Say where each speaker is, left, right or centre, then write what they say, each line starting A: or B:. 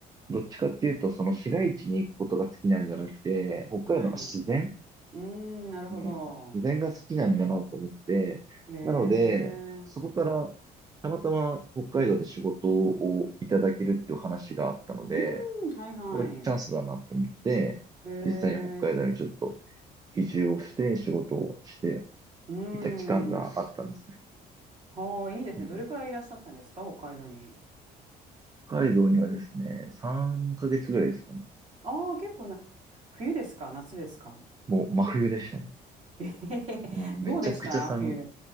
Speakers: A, on the right; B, on the right.
A: どっちかっていうとその市街地に行くことが好きなんじゃなくて、北海道の自然
B: はい。うん、なるほど。
A: うん、自然が好きなんだなと思って、
B: へえ。
A: なので、そこからたまたま北海道で仕事をいただけるっていう話があったので、
B: うん、はいはい。
A: これチャンスだなと思って、
B: へ
A: 実際に北海道にちょっと
B: え。
A: 移住をして仕事をして
B: うー
A: いた期間があったんですね。
B: ん。ああ、いいですね。
A: うん、
B: どれくらいいらっしゃったんですか、北海道に。
A: 北海道にはですね、3ヶ月ぐらいですかね。
B: ああ、結構な、冬ですか、夏ですか。
A: もう真冬でしたね。
B: <laughs> えへへどうでした冬。
A: もうめちゃくちゃ寒、い